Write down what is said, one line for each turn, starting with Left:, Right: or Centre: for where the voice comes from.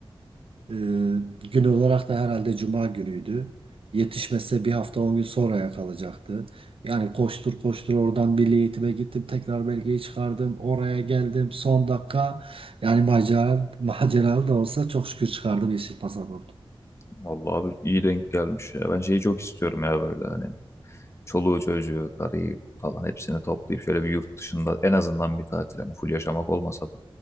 Right: Ee, gün olarak da herhalde cuma günüydü. Yetişmese bir hafta 10 gün sonraya kalacaktı. Yani koştur koştur oradan milli eğitime gittim. Tekrar belgeyi çıkardım. Oraya geldim. Son dakika yani macera, <laughs> maceralı da olsa çok şükür çıkardım yeşil pasaport.
Left: Vallahi abi iyi denk gelmiş ya. Ben şeyi çok istiyorum ya böyle hani çoluğu çocuğu, karıyı falan hepsini toplayıp şöyle bir yurt dışında en azından bir tatil hani full yaşamak olmasa da.